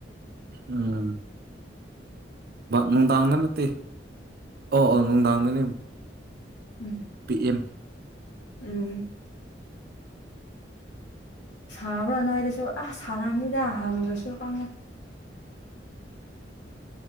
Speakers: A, on the right; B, on the left.
A: ꯎꯝ ꯅꯣꯡꯗꯥꯉꯗ ꯅꯠꯇ ꯑꯣ ꯑꯣ ꯅꯨꯡꯗꯥꯡꯒꯅꯤ
B: ꯎꯝꯝ
A: ꯄꯤ ꯑꯦꯝ
B: ꯎꯝ ꯁꯥꯔꯕ꯭ꯔꯥ ꯅꯣꯏꯗꯁꯨ ꯑꯁ ꯁꯥꯔꯅꯤꯗ ꯍꯪꯗ꯭ꯔꯁꯨ ꯈꯪꯉꯦ